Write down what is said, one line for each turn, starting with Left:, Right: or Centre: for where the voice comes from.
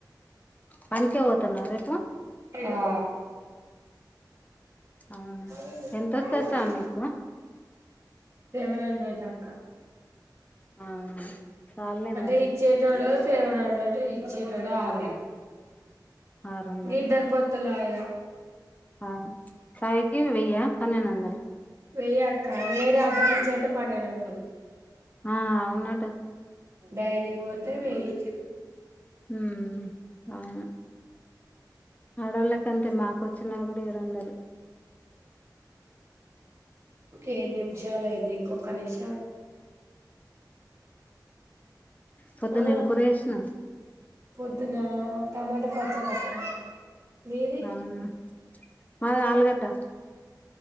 Left: పనికే పోతున్నావా రేపు
Right: ఆ
Left: అవునా
Right: అ ఉం
Left: ఎంతొస్తది శ్రావణి నీకు
Right: దేవరంద్ర ట అక్క
Left: అవునా చాల్లే
Right: అంటే
Left: మరి
Right: ఇచ్చేటో డు సెవన్ హండ్రెడ్ ఇచ్చేటోడు ఆర
Left: ఆరు వందలు
Right: ఇద్దరు పొత్తులా ఇగ
Left: ఆ సాయికి వెయ్య పన్నెండు వందలు
Right: వెయ్యి అక్క వేరే అక్క ఇచ్చే అయితే పన్నెండు వందలు
Left: ఆ అవునా
Right: డైలీ పోతే వెయ్యి
Left: ఉమ్ అవును ఆడోళ్ళకి అంతే మాకు వచ్చినది కూడా ఏడు వందలు
Right: ఏడు నిమిషాలయింది ఇంకొ క్క నిష్
Left: పొద్దున
Right: ఆ
Left: ఏమి కూర చేసినావ్
Right: పొద్దున టమాట పచ్చడి అక్క మీది
Left: అవునా మాది ఆలుగడ్డ